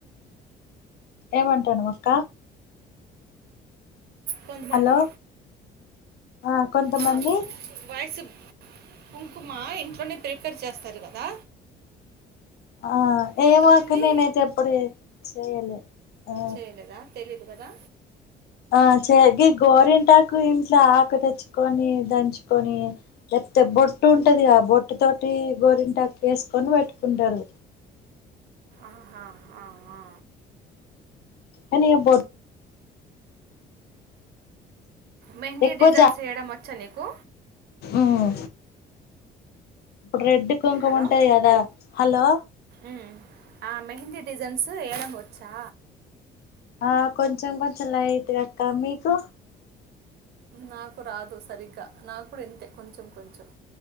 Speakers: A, on the left (about 70°); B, on the right (about 70°).
A: ఏమంటాను అక్క
B: కొంతమంది
A: హలో ఆ కొంతమంది
B: ఆ, వాయిస్ కుంకుమ ఇంట్లోనే ప్రిపేర్ చేస్తారు కదా
A: ఆ
B: కొంతమంది
A: ఏమో అక్క నేనైతే ఎప్పుడు చెయ్యా చేయలే ఆ
B: చేయలేదా తెలీదు కదా
A: ఆ చెగ గోరింటాకు ఇంట్లో ఆకు తెచ్చుకొని దంచుకొని బొట్టు ఉంటదిగా బొట్టు తోటి గోరింటా వేసుకొని పెట్టుకుంటారు
B: ఆహా ఆ ఆ
A: ఎని బో
B: మెహందీ
A: ఎక్కువ
B: డిజైన్స్
A: జా
B: వేయడం వచ్చా నీకు
A: మ్ ఇప్పుడు రెడ్ కుంకం
B: హలో
A: ఉంటాంది కదా హలో
B: ఉమ్. ఆ మెహందీ డిజైన్స్ ఎయ్యడం వచ్చా
A: ఆ కొంచెం కొంచెం లైట్ అక్క మీకు
B: నాకు రాదు సరిగ్గా నాకు ఇంతే కొంచెం కొంచెం